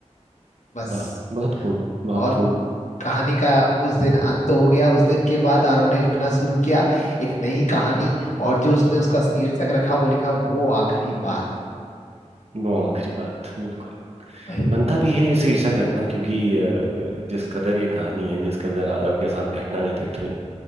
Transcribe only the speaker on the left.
बस
और
कहानी का उस दिन अंत हो गया उस दिन के बाद आरव ने लिखना शुरू किया एक नई कहानी
और जो उसने उसका शीर्षक रखा वो लिखा वो आखिरी बात
वही